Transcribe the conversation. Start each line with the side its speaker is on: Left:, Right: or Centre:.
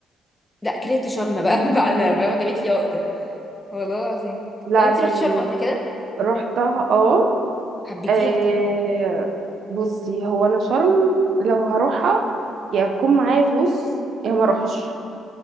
Left: لا كرهت شرم بقى <laughs> بعدها فاهمه جابت لي عقده والله العظيم
Right: لا
Left: طب انت رحت
Right: انا
Left: شرم قبل كده
Right: رحتها اه
Left: حبيتيها
Right: آه
Left: طيب
Right: بصي هو انا شرم لو هروحها يا يكون معايا فلوس يا ما اروحش